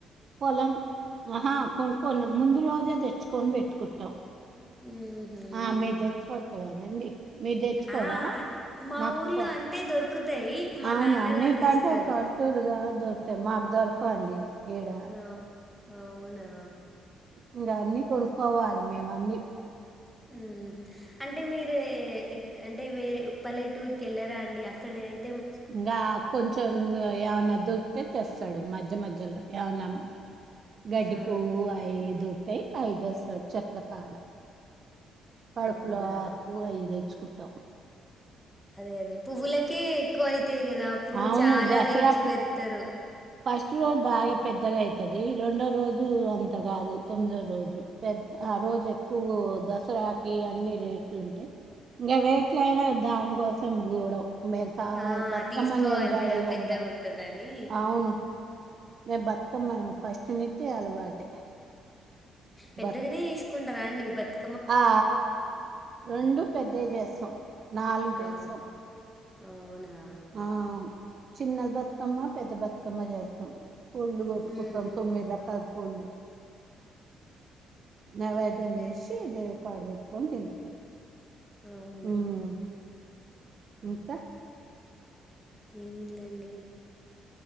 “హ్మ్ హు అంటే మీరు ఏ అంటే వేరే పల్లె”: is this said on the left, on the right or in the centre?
Centre